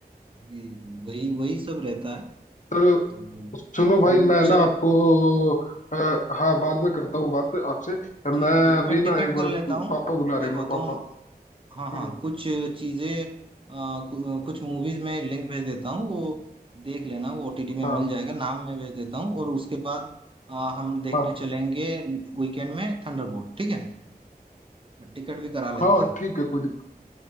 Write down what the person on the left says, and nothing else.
तो
सुनो भाई
मैं
ना आपको अ, हाँ बाद में करता हूँ बात आपसे
मैं
अभी
ना एक बार
पापा
बुला रहे
हैं मैं
पापा
हम्म
हाँ
हाँ
हाँ
ठीक है कोई दिक्कत